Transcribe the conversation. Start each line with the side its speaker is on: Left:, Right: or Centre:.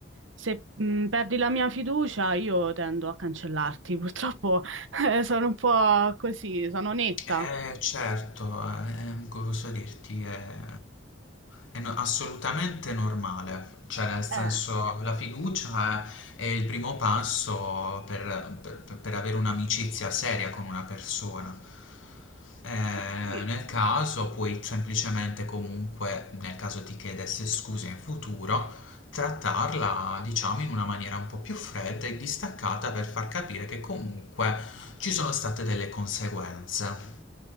Right: se, mh, perdi la mia fiducia io tendo a cancellarti, purtroppo <laughs> eh, sono un po' così, sono netta.
Left: Eh, certo, eh, come posso dirti, è, è no- assolutamente normale, cioè nel senso
Right: Eh,
Left: la fiducia è, è il primo passo per, per- per avere un'amicizia seria con una persona. Eh,
Right: eh sì.
Left: nel caso puoi semplicemente comunque, nel caso ti chiedesse scusa in futuro, trattarla diciamo in una maniera un po' più fredda e distaccata per far capire che comunque ci sono state delle conseguenze.